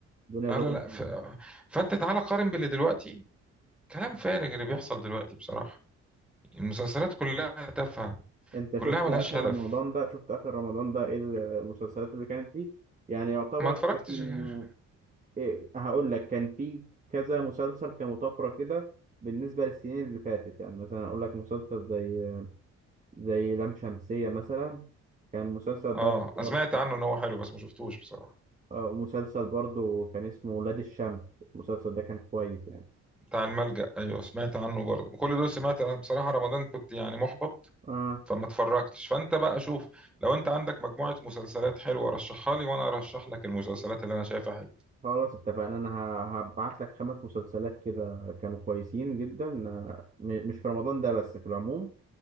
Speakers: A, on the right; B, in the centre.
A: الدنيا
B: آه
A: ظبطت
B: لا لا ف... فانت تعالى قارن باللي دلوقتي كلام فارغ اللي بيحصل دلوقتي بصراحه المسلسلات كلها تافهه
A: انت
B: كلها
A: شفت
B: ملهاش
A: اخر
B: هدف
A: رمضان ده شفت اخر رمضان ده ايه المسلسلات اللي كانت فيه يعني يعتبر
B: ما اتفرجتش
A: كان
B: غير-
A: إيه هقول لك كان فيه كذا مسلسل كمطافرة كده بالنسبة للسنين اللي فاتت يعني مثلا اقول لك مسلسل زي زي لام شمسية مثلا كان المسلسل
B: اه
A: ده
B: أنا
A: برضه
B: سمعت عنه ان هو حلو بس ما شفتوش بصراحه
A: اه مسلسل برضه كان اسمه ولاد الشمس المسلسل ده كان كويس يعني
B: بتاع الملجأ ايوه سمعت عنه برضه كل دول سمعت أنا بصراحة رمضان كنت يعني محبط
A: اه
B: فما اتفرجتش فانت بقى شوف لو انت عندك مجموعة مسلسلات حلوة رشحها لي وانا ارشح لك المسلسلات اللي انا شايفها حلوة
A: خلاص اتفقنا انا ه- هبعت لك خمس مسلسلات كده كانوا كويسين جدا آه، م- مش في رمضان ده بس في العموم